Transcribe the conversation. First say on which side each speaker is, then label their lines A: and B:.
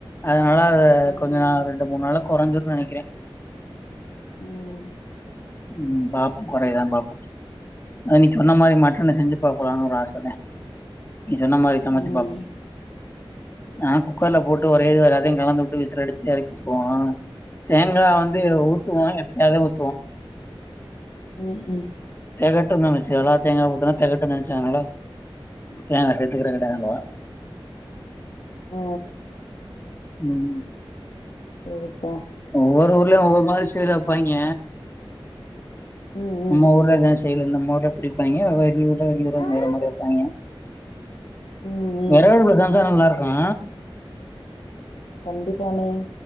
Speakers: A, on the left; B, on the left.
A: அதனால அத
B: ம்
A: கொஞ்ச நாள் ரெண்டு மூணு நாளா குறைஞ்சுருன்னு நினைக்கிறே
B: ம்
A: ம் பாப்போ குறைதா பாப்போ ஆ நீ சொன்ன மாறி மட்டன்னா செஞ்சு பாக்கலாம்னு ஒரு ஆசா தா நீ சொன்ன மாறி சமைச்சு
B: ம்
A: பாப்பே நா குக்கர்ல போட்டு ஒரே இது வரை அதையு கலந்து விட்டு விசில் அடிச்சு இறக்கி விட்டுருவே தேங்காய் வந்து ஊத்துவோ எப்ப யாது ஊத்துவோ
B: ம் ம்
A: தேகட்டு நினைச்சு அதுலா தேங்காய் ஊத்துனா தக்கட்டுனு நினைச்சாங்களால தேங்காய் சேத்துக்கிறிங்களா கேட்டாங்கே
B: ஆ
A: ம்
B: போ விட்டோ
A: ஒவ்வொரு ஊர்லயு ஒவ்வொரு மாறி ஸ்டைல வைப்பாங்க
B: ம்
A: நம்ம ஊர்ல இத சைடுல இந்த மோர குடிப்பாங்க அத வெளியூரு
B: ம்
A: வேற மாறி வைப்பாங்க
B: ம் ம்
A: விறகு அடுப்புல சமைச்சா நல்லா இருக்கு
B: கண்டிப்பானே